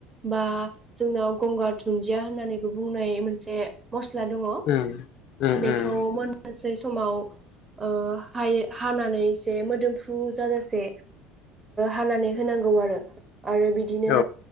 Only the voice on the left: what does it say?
उम उम उम
औ